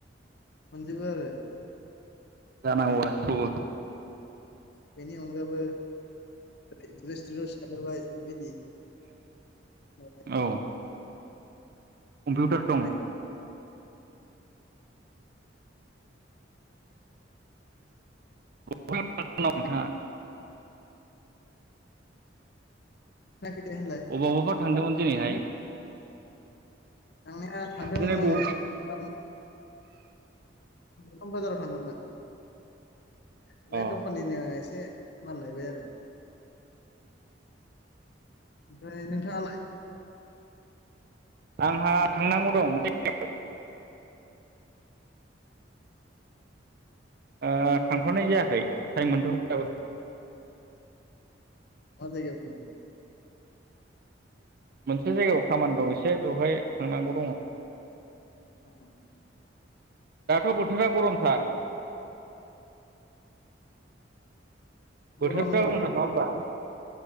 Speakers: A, on the left (about 60°); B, on the right (about 55°).
A: <inaudible> जोबो आरो
B: जानांगौ <unintelligible>
A: बेनि अनगाबो रेस्टुरेन्टाव एसे थादेरबाय बेबायदि <unintelligible>
B: औ कम्पिउटार
A: बेफोरबायदि
B: दं <unintelligible> नोंथाङा
A: थाङाखै दे होनलाय
B: अबावबाफोर थांदोंमोन दिनैहाय <inaudible>
A: थांनाया थांदोंमोन
B: दिनै ब
A: आंङो <unintelligible> <unintelligible> बाजाराव थांदोंमोन <unintelligible> बे
B: अ
A: दखाननिनो एसे माल लायबाय आरो ओमफ्राय नोंथाङालाय
B: आंहा थांनांगौ दं <unintelligible> ओ थांथ'नाय जायाखै टाइम मोनथ'याखै दाबो
A: मा जायगायाव थांनांगौ
B: मोनसे जायगायाव खामानि दं एसे बेवहाय थांनांगौ दङ
A: ओम
B: दाथ' बो थोरा गरमथार
A: गरम
B: बोथोरा गरमथार नङा होमबा?